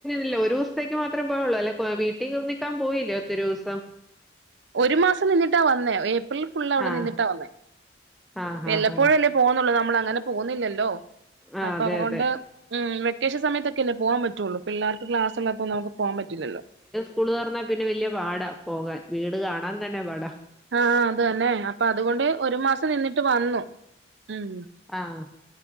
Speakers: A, in the centre; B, on the right (about 75°).
A: ഇല്ല ഒരുസ് ത്തേക്ക് മാത്രം പോയുള്ളൂ അല്ലെ വീട്ടിൽ നിക്കാൻ പോയില്ലേ ഒത്തിരി ദിവസം
B: ഒരു മാസം നിന്നിട്ടാ വന്നേ ഏപ്രിൽ ഫുള്ളവിടെ
A: ആഹ്.
B: നിന്നിട്ടാ വന്നേ
A: ആഹ്
B: വല്ലപ്പോഴും
A: ആഹ് ആഹ്.
B: അല്ലെ പോവുന്നുള്ളൂ നമ്മൾ അങ്ങനെ പോവുന്നില്ലല്ലോ
A: ആഹ്
B: അപ്പൊ
A: അതെ
B: അതുകൊണ്ട്
A: അതെ.
B: ഉം വെക്കേഷൻ സയത്തക്കല്ലേ പോവാൻ പറ്റുള്ളൂ പിള്ളേർക്ക് ക്ലാസ് ഉള്ളപ്പോ നമക്ക് പോകാൻ പറ്റില്ലല്ലോ
A: സ്കൂൾ തുറന്ന പിന്നെ വലിയ പാടാ പോകാൻ വീട് കാണാൻ തന്നെ പാടാ
B: ആഹ് അത് തന്നെ അപ്പൊ അതുകൊണ്ട് ഒരു മാസം നിന്നിട്ട് വന്നു ഉം
A: ആഹ്